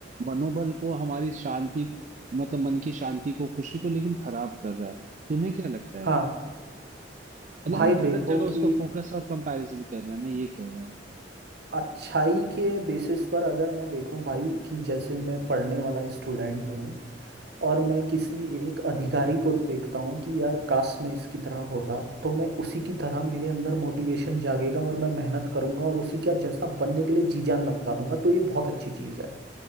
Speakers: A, on the right; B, on the right.
A: मनोबल को हमारी शांति मतलब मन की शांति को खुशी को लेकिन खराब कर रहा है तुम्हें क्या लगता है
B: हाँ
A: यार मतलब
B: भाई
A: हम गलत
B: देखो
A: जगह
B: कि
A: उसको फोकस और कंपैरिजन कर रहे हैं मैं ये कह रहा हूँ
B: अच्छाई के बेसिस पर अगर मैं देखूं भाई कि जैसे मैं पढ़ने वाला स्टूडेंट हूँ और मैं किसी एक अधिकारी को देखता हूँ कि यार काश मैं इसकी तरह होता तो मैं उसी की तरह मेरे अंदर मोटिवेशन जागेगा और मैं मेहनत करूंगा और उसी का जैसा बनने के लिए जी जान लगा दूंगा तो ये बहुत अच्छी चीज़ है